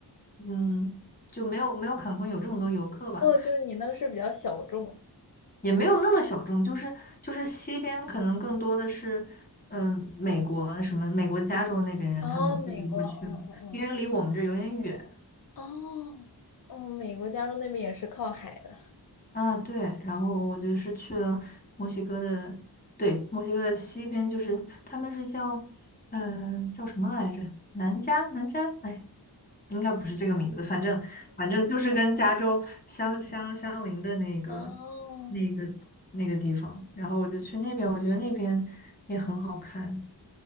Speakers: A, on the left; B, on the left.
A: 嗯，就没有没有坎昆有这么多游客吧，
B: 哦就是你那个是比较小众。
A: 也没有那么小众。就是就是西边可能更多的是，嗯、美国什么美国加州那边人他们更多会去嘛，
B: 哦，美国，嗯嗯
A: 因为离我们这有点远。
B: 嗯，哦，哦，美国加州那边也是靠海的。
A: 啊，对，然后我就是去了墨西哥的，对，墨西哥的西边，就是他们是叫，嗯、叫什么来着？南加，南加，哎，应该不是这个名字，反正反正就是跟加州相相相邻的那个
B: 哦
A: 那个那个地方，然后我就去那边，我觉得那边也很好看。